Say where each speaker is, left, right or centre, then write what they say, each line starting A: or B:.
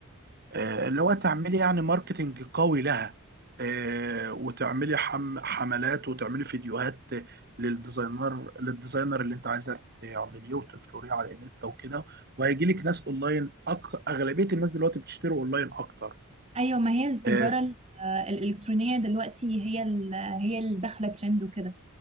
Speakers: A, on the right; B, on the right.
A: آه، آه، اللي هو تعملي يعني ماركتينج قوي لها آه، وتعملي حم- حملات وتعملي فيديوهات للديزاينر للديزاينر اللي انت عايزه تعمليه وتنشريه على انستا وكده وهيجي لك ناس اونلاين أك... اغلبيه الناس دلوقتي بتشتري اونلاين اكتر
B: ايوه ما هي التجارة
A: آه،
B: ال- آه، الالكترونية دلوقتي هي ال- هي اللي داخلة ترند وكده